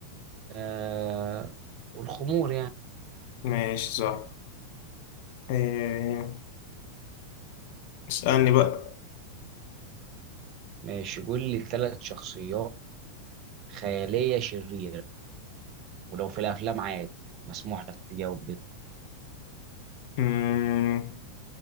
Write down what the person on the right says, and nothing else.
آه والخمور يعني
ماشي قول لي ثلاث شخصيات خيالية شريرة ولو في الأفلام عادي مسموح لك تجاوب بس.